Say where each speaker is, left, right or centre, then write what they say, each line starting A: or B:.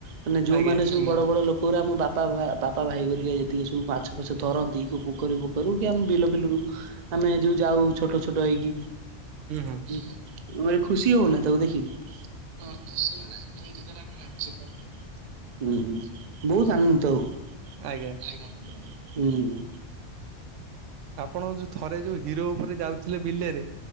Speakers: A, on the right; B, on the right.
A: ମାନେ ଯୋଉମାନେ
B: ଆଜ୍ଞା
A: ସବୁ ବଡ ବଡ ଲୋକ ଉରା ମୋ ବାପା ବାପା ଭାଇ ହରିକା ଯେତିକି ସବୁ ବାଛ ଫାଛ ଧରନ୍ତି- ପୋଖରୀ ବୋଖରି ରୁ କି ଆମେ ବିଲ ଫିଲରୁ ଆମେ ଯୋଉ ଯାଉ ଛୋଟ ଛୋଟ ହେଇକି।
B: ହୁଁ ହୁଁ
A: ଉ ଭାରି ଖୁସି ହଉନା ତାକୁ ଦେଖି। ହଁ ଖୁସି ମାନେ ଆମେ ମାନେ <unintelligible> ହୁଁ ହୁଁ ବହୁତ ଆନନ୍ଦିତ ହଉ।
B: ଆଜ୍ଞା!
A: ଆଜ୍ଞା। ହୁଁ
B: ଆପଣ ଯୋଉ ଥରେ ଯୋଉ ହିରୋ ଉପରେ ଯାଉଥିଲେ ବିଲେରେ